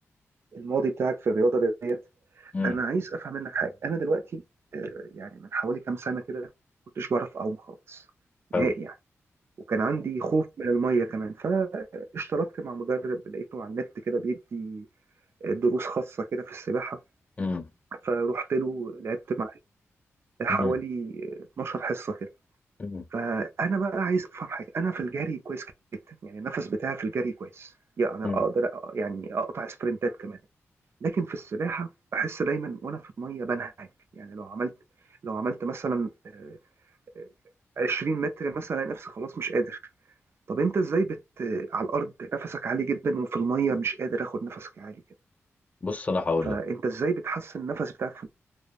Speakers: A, on the right (about 55°); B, on the left (about 25°).
A: الماضي بتاعك في الرياضة ديت
B: امم
A: انا عايز افهم منك حاجه انا دلوقتي آه، يعني من حوالي كام سنه كده كنتش بعرف اعوم خالص
B: حلو
A: نهائي يعني وكان عندي خوف من الميه كمان فاشتركت مع مدرب لقيته على النت كده بيدي آه، دروس خاصه كده في السباحه
B: امم
A: فروحت له لعبت معاه حوالي
B: امم
A: آه، 12 حصه كده
B: امم
A: فانا بقى عايز افهم حاجه انا في الجري كويس جدا يعني النفس بتاعي في الجري كويس يعني
B: أمم.
A: اقدر أ- يعني اقطع سبرنتات كمان لكن في السباحه بحس دايما وانا في الميه بنهج يعني لو عملت لو عملت مثلا آه، آه، 20 متر مثلا الاقي نفسي خلاص مش قادر طب انت ازاي بت آه، على الارض نفسك عالي جدا وفي الميه مش قادر اخد نفسك عالي كده
B: بص أنا هقول
A: فانت
B: لك
A: ازاي بتحسن النفس بتاعك في